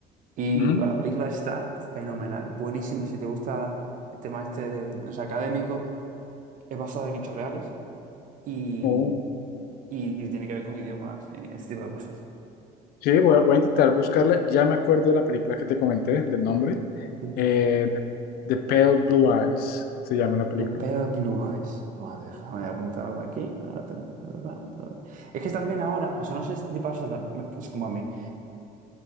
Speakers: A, on the right; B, on the left.
A: Y
B: Ujú.
A: bueno, la película está fenomenal, buenísima. Si te gusta el tema este de, o sea, académico, es basada en hechos reales y,
B: Oh.
A: y, y tiene que ver con idiomas y este tipo de cosas.
B: Sí, voy a, voy a intentar buscarla. Ya me acuerdo de la película que te comenté, del nombre.
A: Sí.
B: Eh, The Pale Blue Eyes se llama la película.
A: The Pale Blue Eyes. Vale, déjame apuntarla aquí. Ahora tenemos- Es que también ahora, o sea, no sé si te pasa, tam- es como a mí.